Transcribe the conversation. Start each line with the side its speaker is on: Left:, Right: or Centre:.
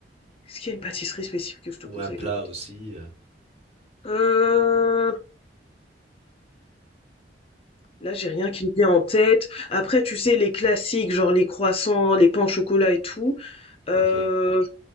Left: Est-ce qu'il y a une pâtisserie spécifique que je te
Right: Ou
Left: conseille
Right: un plat
Left: de goûter?
Right: aussi? euh,
Left: Euh, là, j'ai rien qui me vient en tête. Après, tu sais, les classiques, genre les croissants, les pains au chocolat et tout. Euh,
Right: Ok,